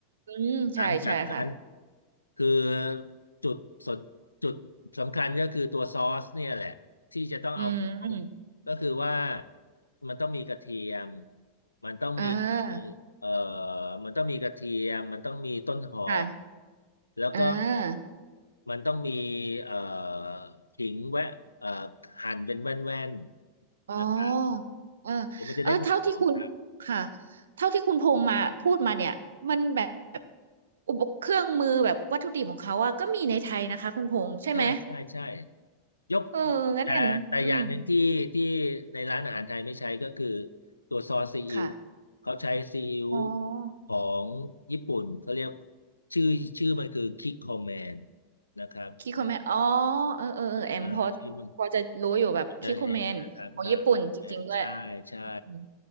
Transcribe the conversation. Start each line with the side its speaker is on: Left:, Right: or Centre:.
Right: อืมใช่ใช่ค่ะ
Left: หลังจากนั้นคือจุดสนจุดสำคัญก็คือตัวซอสเนี่ยแหละที่จะต้องเอาไปคลุกก็คือว่า
Right: อืม
Left: มันต้องมีกระเทียมมันต้องมี
Right: อ่า
Left: เอ่อมันต้องมีกระเทียมมันต้องมีต้นหอม
Right: ค่ะ
Left: แล้วก็
Right: อ่า
Left: มันต้องมีเอ่อขิงแวะเอ่อหั่นเป็นแว่นๆนะครับ
Right: อ๋อเออ
Left: ผมมันจะได้ความหอมครับ
Right: เออเท่าที่คุณค่ะเท่าที่คุณพงษ์มาพูดมาเนี่ยมันแบบอุปเครื่องมือแบบวัตถุดิบของเขาอะก็มีในไทยนะคะคุณพงษ์ใช่ไหม
Left: ใช่ใช่ใช่ ยก
Right: เอองั้นแอมอืม
Left: แต่แต่อย่างหนึ่งที่ที่ในร้านอาหารไทยไม่ใช้ก็คือตัวซอสซีอิ๊ว
Right: ค่ะ
Left: เขาใช้ซีอิ๊ว
Right: อ๋อ
Left: ของญี่ปุ่นเขาเรียกชื่อชื่อมันคือคิกคอมแมนนะครับ
Right: คิโคเมนอ๋อเออเออเออแอมพอ
Left: อ่าชื่อมัน
Right: พอจะรู้อยู่แบบคิโคเมนของญี่ปุ่นจริงๆด้วย
Left: จะเห็นนะครับอ่าแมนใช่ใช่
Right: อม